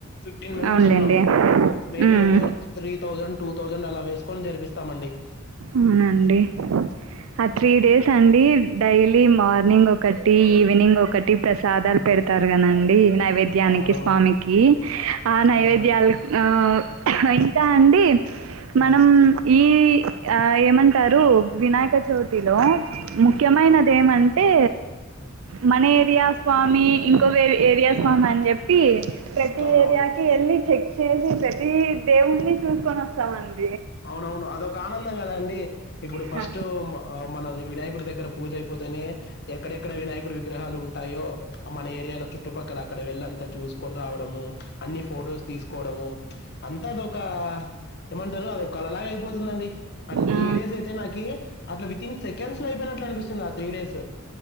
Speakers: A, on the left; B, on the right.
A: ఫిఫ్టీన్ మెంబర్స్
B: అవునులేండి
A: ఉన్నాము మేమే
B: మ్మ్
A: ఒకరు త్రీ థౌసండ్ టూ థౌజండ్ అలా వేకొని జపిస్తామండి
B: అవునండి ఆ త్రీ డేస్ అండి డైలీ మార్నింగ్ ఒక ఒకటి ఈవినింగ్ ఒకటి ప్రసాదాలు పెడతారు కదండి నైవేద్యానికి
A: అవునవును.
B: స్వామి కి నైవేద్యాలు
A: ఆ!
B: అ ఇంకా అండి
A: ఆ!
B: మనం ఈ అ ఏమంటారు వినాయక చవితిలో ముఖ్యమైన
A: హ్మ్.
B: ఏమంటే మన ఏరియా స్వామి ఇంకో వే ఏరియా స్వామి అని చెప్పి ప్రతి
A: అవునవును.
B: ఏరియాకి వెళ్ళి చెక్ చేసి ప్రతి దేవుడిని చూసుకొని వస్తాం అండి
A: అవునవును అదొక ఆనందం కదండి ఇప్పుడు ఫస్ట్
B: హా
A: మనది వినాయకుడి దగ్గర పూజ అయిపోతేనే ఎక్కడెక్కడ వినాయకుడు విగ్రహాలు ఉంటాయో మన ఏరియాలో చుట్టుపక్కల అక్కడ వెళ్ళంతా చూసుకొని రావడము అన్ని ఫొటోస్ తీసుకోవడము అంతా అదొ ఒక ఏమంటారు అద ఒక అళలాగ అయిపోతుందండి అట్లా
B: ఆ
A: త్రీ డేస్ అయితే నాకి అట్లా వితిన్ సెకండ్స్ లో అయిపోయినట్లు అనిపిస్తుంది ఆ త్రీ డేస్